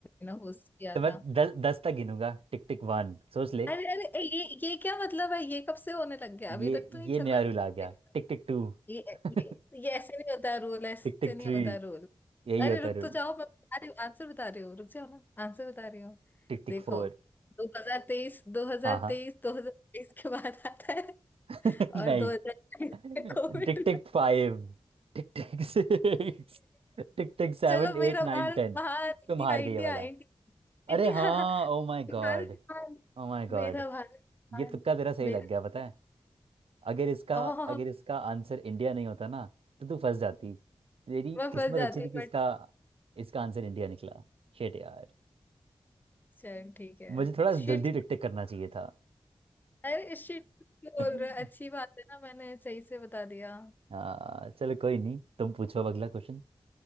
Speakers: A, on the left; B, on the right.
A: ने होस्ट किया
B: तो मैं
A: था
B: दस दस तक गिनूंगा टिक टिक वन सोच ले
A: अरे अरे ए, ये ये क्या मतलब है ये कब से होने लग गया अभी
B: ये
A: तक तो नहीं
B: ये
A: चल
B: नया
A: रहा
B: रूल
A: था
B: आ गया Tick tick to
A: ये
B: <laughs>
A: ये ये ऐसे नहीं होता रूल ऐसे
B: Tick tick
A: नहीं
B: three
A: होता रूल
B: यही
A: अरे
B: होता
A: रुक
B: है रूल
A: तो जाओ मैं बता रही हूँ आंसर बता रही हूँ रुक जाओ ना आंसर बता रही हूँ
B: Tick tick
A: देखो
B: four
A: 2023 2023
B: हाँ हाँ
A: 2023 के बाद आता है
B: <laughs> नहीं
A: और 2023
B: Tick
A: में कोविड
B: tick five tick tick six tick tick seven
A: चलो
B: eight
A: मेरा
B: nine
A: भारत
B: ten
A: महान
B: तुम
A: India
B: हार गई ये वाला
A: India
B: अरे
A: India
B: हाँ oh my God
A: भारत महान
B: Oh my God
A: मेरा भारत महान
B: ये तुक्का तेरा सही
A: मेरा
B: लग गया पता है अगर इसका
A: ओह
B: अगर इसका आंसर इंडिया नहीं होता ना तो तू फंस जाती तेरी
A: मैं
B: किस्मत
A: फंस जाती
B: अच्छी थी
A: हूँ
B: कि इसका इसका आंसर इंडिया निकला शेट यार
A: चल ठीक है
B: मुझे थोड़ा जल्दी
A: शिट
B: टिक टिक करना चाहिए था
A: अरे शिट क्यों बोल
B: <laughs>
A: रहा है अच्छी बात है ना मैंने सही से बता दिया
B: आ, चलो कोई नहीं तुम पूछो अब अगला क्वेश्चन